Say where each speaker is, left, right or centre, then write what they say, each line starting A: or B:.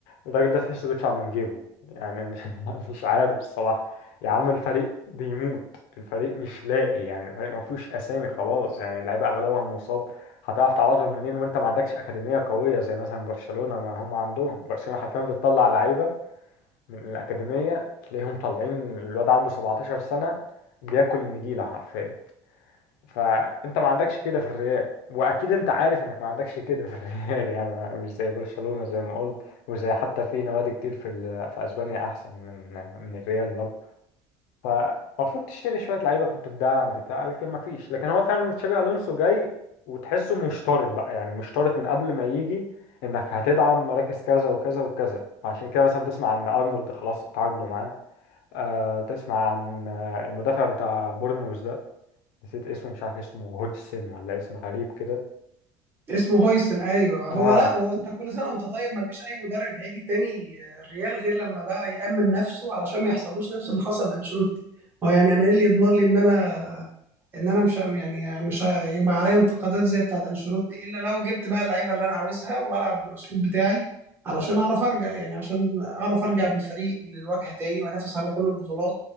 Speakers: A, on the left (about 90°); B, on the right (about 25°).
A: الراجل ده تحسه بيدفع من جيبه يعني مش <laughs> مش عارف الصراحه يا عم الفريق بيموت الفريق مش لاقي يعني الفريق ما فيهوش اسامي خلاص يعني اللعيبه اغلبها مصاب هتعرف تعوضهم منين وانت ما عندكش اكاديميه قويه زي مثلا برشلونه ما هم عندهم برشلونه حرفيا بتطلع لعيبه من الأكاديمية تلاقيهم طالعين الواد عنده 17 سنة بياكل النجيلة حرفيا فأنت ما عندكش كده في الريال وأكيد أنت عارف إنك ما عندكش كده في الريال <laughs> يعني مش زي برشلونة زي ما قلت وزي حتى في نوادي كتير في ال- في أسبانيا أحسن من من الريال برضه فالمفروض تشتري شوية لعيبة كنت تدعم بتاع لكن ما فيش لكن هو فعلا تشابي ألونسو جاي وتحسه مشترط بقى يعني مشترط من قبل ما يجي انك هتدعم مراكز كذا وكذا وكذا فعشان كده مثلا تسمع ان ارنولد خلاص اتعاقدوا معاه آه تسمع عن آه، المدافع بتاع بورنموث ده نسيت اسمه مش عارف اسمه هودجسون ولا اسم غريب كده
B: اسمه هويسن ايوه هو
A: اه
B: لا هو انت كل سنه وانت طيب ما فيش اي مدرب هيجي تاني الريال غير لما بقى يأمن نفسه علشان ما يحصلوش نفس اللي حصل لانشيلوتي هو يعني انا ايه اللي يضمن لي ان انا ان انا مش يعني مش هيبقى عليا انتقادات زي بتاعت انشيلوتي الا لو جبت بقى اللعيبه اللي انا عاوزها والعب بالاسلوب بتاعي علشان اعرف ارجع يعني عشان اعرف ارجع بالفريق للواجهه تاني وانافس على كل البطولات